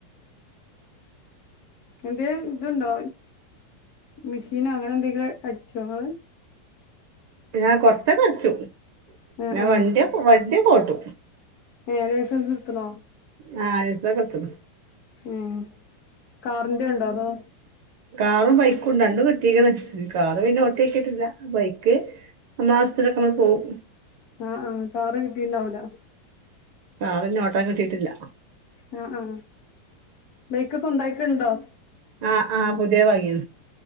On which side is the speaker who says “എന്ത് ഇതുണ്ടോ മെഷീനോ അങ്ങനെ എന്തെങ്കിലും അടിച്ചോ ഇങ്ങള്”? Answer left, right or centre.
Left